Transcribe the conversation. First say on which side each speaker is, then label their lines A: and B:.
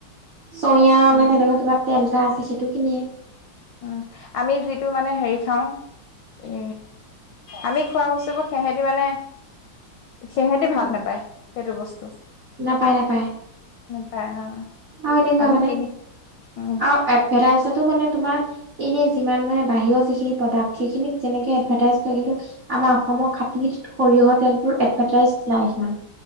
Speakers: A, on the right (about 50°); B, on the left (about 75°).
A: চইয়া
B: উম
A: মানে তেনেকুৱা কিবা তেল এটা আছে সেইটো কিনিয়ে।
B: উম আমি যিটো মানে হেৰি খাওঁ, উ আমি খোৱা বস্তুবোৰ সেহেঁতি মানে সিহেতি
A: উম
B: ভাল নাপায় সেইটো বস্তু।
A: নাপায় নাপায়
B: পায়, অ।
A: আৰু এনেকুৱা
B: আমি
A: মানে
B: কিনি উম
A: আৰু এৰাৰ পাছতো মানে তোমাৰ এনেই যিমান মানে বাহিৰৰ যিখিনি প্ৰডাক্ট সেইখিনিত যেনেকে এডভাৰ্টাইজ কৰে কিন্তু আমাৰ অসমৰ খাতি সৰিয়হ তেলটোৰ এডভেটাইছ নাই।